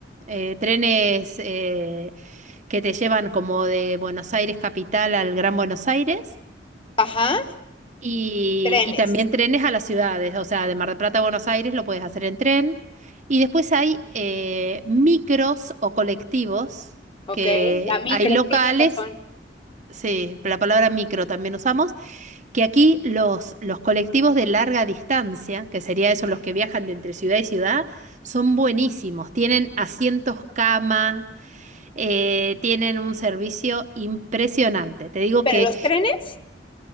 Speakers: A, on the right (about 40°); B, on the left (about 30°).
A: eh, trenes eh, que te llevan como de Buenos Aires capital al Gran Buenos Aires.
B: Ajá.
A: Y,
B: Trenes.
A: y también trenes a las ciudades, o sea, de Mar del Plata a Buenos Aires lo puedes hacer en tren. Y después hay eh, micros o colectivos,
B: Ok.
A: que
B: La micro,
A: hay locales,
B: tiene razón.
A: sí, la palabra micro también usamos, que aquí los, los colectivos de larga distancia, que sería eso, los que viajan de entre ciudad y ciudad, son buenísimos. Tienen asientos cama, eh, tienen un servicio impresionante. Te digo
B: Pero
A: que...
B: los trenes.